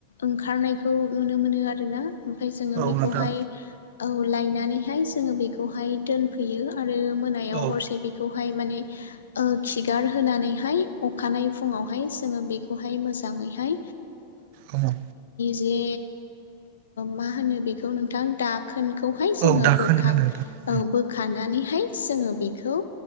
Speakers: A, on the left (about 65°); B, on the right (about 45°).
A: ओंखारनायखौ खौ नुनो मोनो आरोना ओमफ्राय जोङो
B: औ
A: बेखौहाय
B: नोंथां
A: औ लायनानैहाय जोङो बेखौहाय दोनफैयो आरो मोनायाव
B: औ
A: हरसे बेखौ माने खिगार होनानैहाय अखानायै फुं फुङावहाय जोङो बेखौहाय मोजांङैहाय
B: औ
A: जे मा होनो बेखौ नोंथां दा खोनखौहाय जोङो
B: औ दाखोन
A: बोखां
B: होनो नोंथां
A: बोखानानैहाय जोङो बेखौ